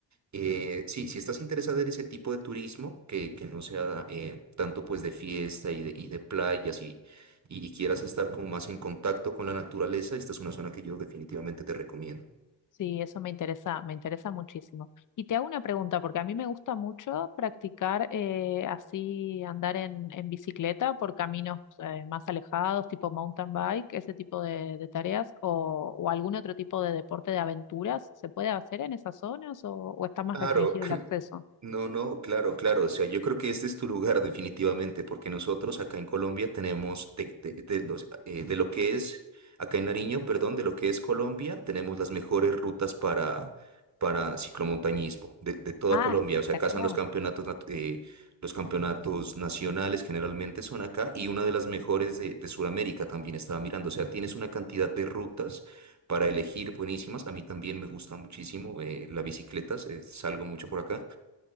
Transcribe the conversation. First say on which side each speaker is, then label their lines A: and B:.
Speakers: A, on the right; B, on the left.
A: Eh, sí, si estás interesada en ese tipo de turismo, que, que no sea eh, tanto pues de fiesta y de, y de playas y, y, y quieras estar como más en contacto con la naturaleza, esta es una zona que yo definitivamente te recomiendo.
B: Sí, eso me interesa, me interesa muchísimo. Y te hago una pregunta, porque a mí me gusta mucho practicar eh, así, andar en, en bicicleta por caminos eh, más alejados, tipo mountain bike, ese tipo de, de tareas, o, o algún otro tipo de deporte de aventuras. ¿Se puede hacer en esas zonas o, o está más
A: Claro,
B: restringido el acceso?
A: No, no, claro, claro. O sea, yo creo que este es tu lugar definitivamente, porque nosotros acá en Colombia tenemos, de, de- de los- eh, de lo que es, acá en Nariño, perdón, de lo que es Colombia, tenemos las mejores rutas para, para ciclomontañismo de, de toda
B: Ah,
A: Colombia.
B: espectacular.
A: O sea, acá son los campeonatos, nat- eh, los campeonatos nacionales generalmente son acá y una de las mejores de, de Sudamérica también estaba mirando. O sea, tienes una cantidad de rutas para elegir buenísimas. A mí también me gusta muchísimo eh, la bicicleta, eh, salgo mucho por acá.